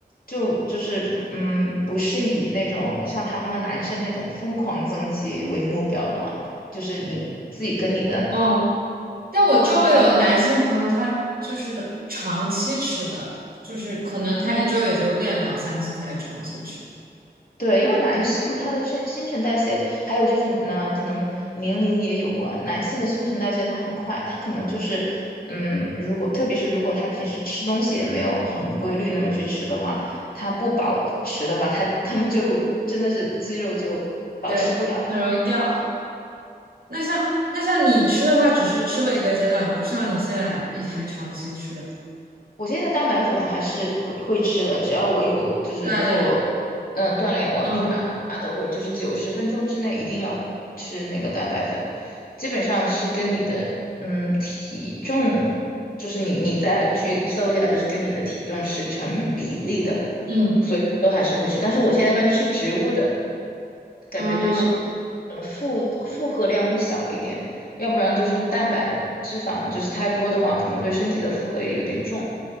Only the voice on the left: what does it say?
就就是嗯，不是以那种像他们男生那种疯狂增肌为目标的嘛，就是你自己跟你的
跟他的
对，因为男性他的新新陈代谢，还有就是呢，可能年龄也有关。男性的新陈代谢他很快，他可能就是嗯，如果特别是如果他平时吃东西也没有很规律，那么去吃的话，他不保持的话，他他们就真的是肌肉就保持不了。
我现在蛋白粉还是会会吃的，只要我有就是做
嗯锻炼，我立马立马都会，
就是九十分钟之内一定要吃那个蛋白粉，基本上是跟你的嗯体重，就是你你再去搜一下，就是跟你的体重是成比例的，
所以都还是会吃，但是我现在一般吃植物的，感觉对身
这种负负荷量会小一点，要不然就是蛋白。脂肪就是太多的话，可能对身体的负荷也有点重。